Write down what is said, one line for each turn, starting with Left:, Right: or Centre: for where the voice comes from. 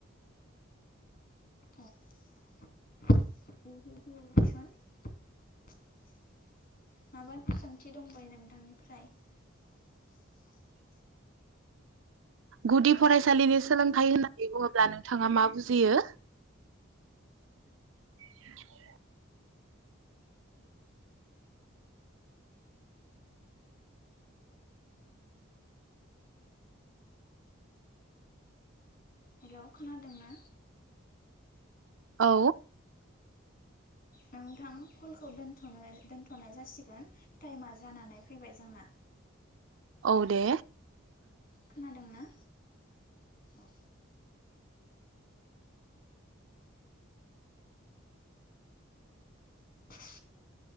Left: <unintelligible>
Right: गुदि
Left: हेलौ
Right: फरायसालिनि सोलों हायो होननानै बुङोब्ला नोंथाङा मा बुजियो <unintelligible>
Left: हेल' खोनादों ना?
Right: औ
Left: नोंथां कलखौ दोनथ'नो दोनथ'नाय जासिगोन टाइमा जानानै फैबाय जोंना
Right: औ दे
Left: खोनादों ना औ। <inaudible>